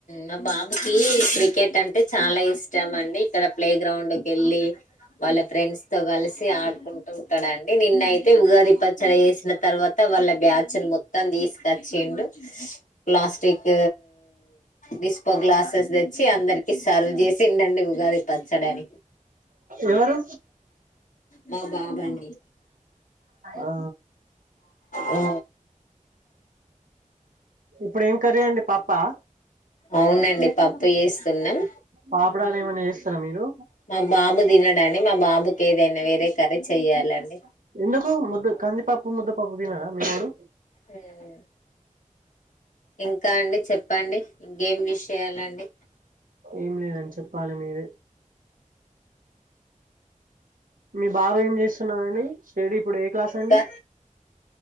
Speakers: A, on the left; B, on the right.
A: మా బాబుకి క్రికెట్ అంటే చాలా ఇష్టం అండి ఇక్కడ ప్లే గ్రౌండ్కి వెళ్ళి వాళ్ళ ఫ్రెండ్స్ తో కలిసి ఆడుకుంటు ఉంటాడండీ నిన్నయితే ఉగాది పచ్చడి చేసిన తర్వాత వాళ్ళ బ్యాచ్ ని మొత్తం తీసుకొచ్చిండు ప్లాస్టిక్ నిస్ప గ్లాసెస్ తెచ్చి అందరికి సర్వ్ చేసిండండి ఉగాది పచ్చడాని
B: ఎవరు
A: మా బాబు అండి
B: ఆ
A: ఆ
B: ఇప్పుడు ఏం కర్రీ అండి పప్పా
A: అవునండి పప్పు చేస్తున్నాం
B: పాపడాలు ఏమైనా చేస్తారా మీరు
A: మా బాబు తినడు అండి మా బాబుకి ఏదైనా వేరే కర్రీ చెయ్యాలండి
B: ఎందుకు ముద్ద కందిపప్పు ముద్దపప్పు తినడ మీవోడు
A: మ్ ఇంకా అండి చెప్పండి ఇంకేం విషయాలండి
B: ఏం లేదండి చెప్పాలి మీరే మీ బాబు ఏం చేస్తున్నాడండీ స్టడీ ఇప్పుడు ఏ క్లాస్
A: ఇంకా
B: అండి